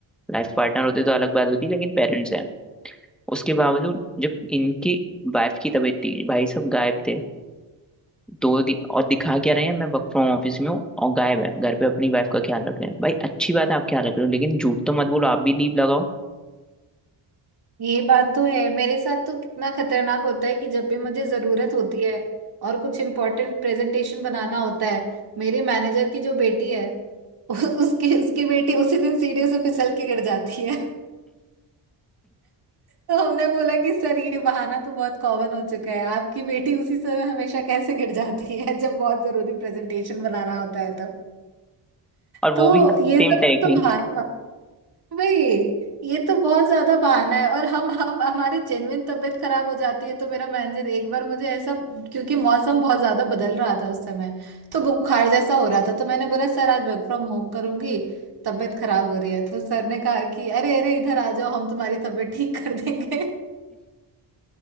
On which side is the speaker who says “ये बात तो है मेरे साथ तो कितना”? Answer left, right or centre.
Right